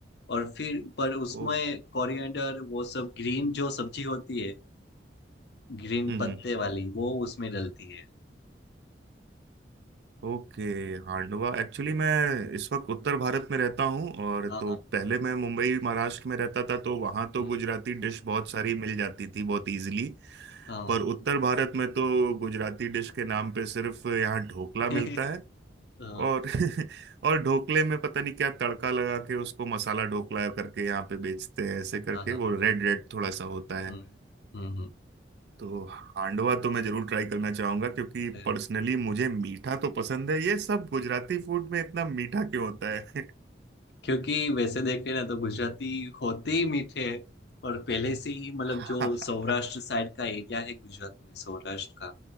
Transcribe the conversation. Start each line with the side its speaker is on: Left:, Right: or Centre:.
Left: और फिर पर उसमें
Right: ओ Hmm
Left: कोरिएंडर वो सब ग्रीन जो सब्जी होती है ग्रीन
Right: Hmm.
Left: पत्ते वाली वो उसमें डलती है
Right: Okay Handvo Actually मैं इस वक्त उत्तर भारत में रहता हूँ और
Left: हाँ
Right: तो
Left: हाँ
Right: पहले मैं मुंबई महाराष्ट्र में रहता था तो वहाँ तो
Left: हम्म,
Right: गुजराती डिश बहुत सारी मिल जाती थी बहुत इजीली
Left: हाँ
Right: पर उत्तर भारत में तो गुजराती डिश के नाम पे सिर्फ यहाँ ढोकला
Left: <laughs>
Right: मिलता है
Left: हाँ
Right: और <laughs> और ढोकले में पता नहीं क्या तड़का लगा के उसको मसाला ढोकला करके यहाँ पे बेचते हैं ऐसे करके
Left: हाँ हाँ,
Right: वो
Left: हाँ,
Right: रेड रेड थोड़ा सा होता है
Left: हम्म हम्म हम्म,
Right: तो हांडवा तो मैं जरूर ट्राई करना चाहूंगा क्योंकि
Left: अरे
Right: पर्सनली मुझे मीठा तो पसंद है ये सब गुजराती फूड में इतना मीठा क्यों होता है
Left: क्योंकि वैसे देखे ना तो गुजराती होते ही मीठे हैं और पहले से ही मतलब
Right: <laughs>
Left: जो सौराष्ट्र साइड का एरिया है गुजरात में सौराष्ट्र का